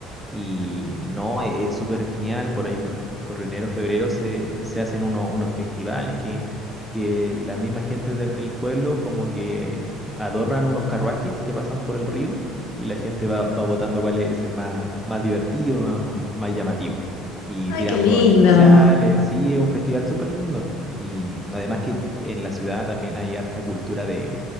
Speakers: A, in the centre; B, on the left (about 80°).
A: Y no, e- es súper genial, por ahí por, por enero, febrero se, se hacen uno- unos festivales que, que la misma gente de- del pueblo como que adornan unos carruajes que pasan por el río y la gente va, va votando cuál es el más, más divertido, más, más- más llamativo. Y
B: Ay,
A: tiran
B: qué lindo.
A: fuegos artificiales, sí, es un festival súper lindo. Y además que en la ciudad también hay harta cultura de,